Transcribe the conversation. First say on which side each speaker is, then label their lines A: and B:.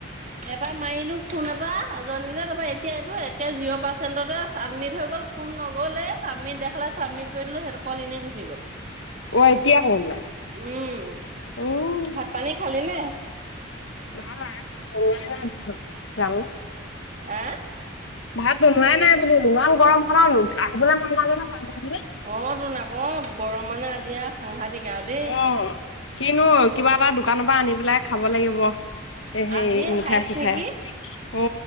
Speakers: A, on the right; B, on the left.
A: এবাৰ মাৰিলো ফোন এটা। জানিলে তাৰাপা এতিয়া এইটো একে জিৰ পাৰ্চেণ্টতে ছাবমিট হৈ গ'ল ফোন নগলে চাবমিট দেখালে। চাবমিট কৰিলো সেইটো কল এনে গুচি গ'ল।
B: অ এতিয়া কোন নাই।
A: উম
B: উম,
A: ভাত পানী খালি নে,
B: ভাল নাই খোৱা বনোৱাই নাই ভাল জানো।
A: আহ,
B: ভাত বনোৱাই নাই বোলো ইমান গৰম খনত আহিবলৈ মন নাই যোৱা নহয়। পাকঘৰটোলে
A: অ তোৰ আক গৰম মানে আজি আৰু সাংঘাতিকে আৰু দেই।
B: অ', কিনো কিবা এটা দোকানৰ পৰা আনি পেলাই খাব লাগিব। সেই
A: আজিয়ে
B: মিঠা
A: হাইচ
B: চিঠাই
A: নেকি
B: অ